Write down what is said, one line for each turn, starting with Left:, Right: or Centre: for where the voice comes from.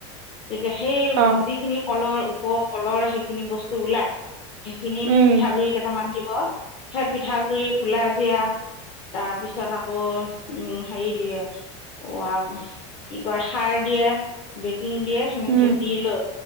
Left: তেতিয়া সেই
Right: অ
Left: যিখিনি কলৰ ওপ কলৰ সেইখিনি বস্তু ওলাই, সেইখিনিত
Right: উম
Left: পিঠাগুৰি কেইটামান দি সেই পিঠাগুৰি কুলাজিৰা তাৰপিছত আকৌ উম হেৰি দিয়ে অ আৰু কি কয় সাৰ দিয়ে। বেকিং দিয়ে সেনেকে
Right: উম
Left: দি লয়,